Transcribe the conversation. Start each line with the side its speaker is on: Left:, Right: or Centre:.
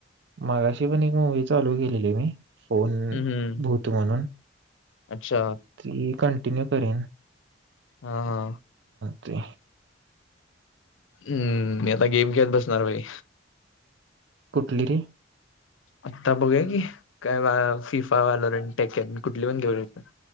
Right: मागाशी पण एक मूवी चालू केलेली मी फोन
Left: हम्म हम्म
Right: भूत म्हणून,
Left: अच्छा
Right: ती कंटिन्यू करेन.
Left: हा हा
Right: ते
Left: हम्म म आता गेम खेळत बसणार भाई.
Right: कुठलीरी
Left: आता बघूया की काय वा फिफा वालोर आणि टेकन कुठली पण घेऊया.